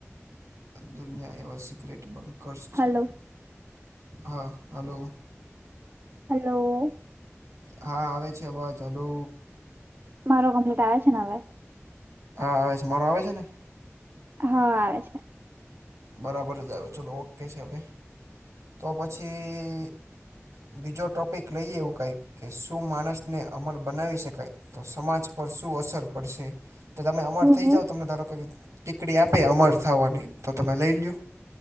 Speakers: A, on the right; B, on the right.
A: દુનિયા એવા સિક્રેટ બંકર્સ
B: હલો
A: હા હલો.
B: હલો.
A: હા આવે છે હાલો.
B: મારો કમ્પ્લેટ આવે છે ને હવે?
A: હા આવે છે મારો આવે છે ને?
B: હા આવે છે.
A: બરાબર જ આવે ચલો ઓકે છે હવે. તો પછી બીજો ટોપિક લઈ એવું કઈ કે શું માણસ ને અમલ બનાવી શકાય તો સમાજ પર શું અસર પડશે. તો તમે અમર
B: હું
A: થઈ
B: હું
A: જાઓ તમને ધારો કંઈક ટીકડી આપે અમર થવાની તો તમે લઈ લ લો?